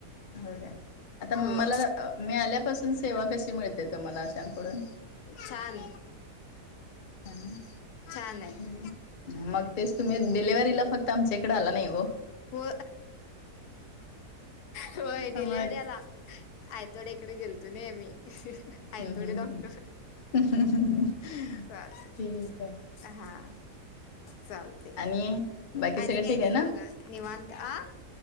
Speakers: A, on the left; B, on the left.
A: हो का, आता मला
B: हो
A: मी आल्यापासून सेवा कशी मिळते तुम्हाला अशांकडून?
B: छान.
A: छान आहे
B: छान आहे
A: हम्म. मग तेच तुम्ही डिलेव्हरीला फक्त आमच्या इकडे आला नाही ओ.
B: हो होय
A: मग
B: डिलेव्हऱ्याला आयतोडे कडे गेलतो नाही आम्ही आयतोडे
A: हम्म हम्म
B: डॉक्टर.
A: हम्म <unintelligible>
B: चालेल
A: ठीक आहे
B: हा चाल ते
A: आणि बाकी
B: आणि
A: सगळं
B: काय
A: ठीक
B: नाही
A: आहे ना
B: बघा. निवांत, आं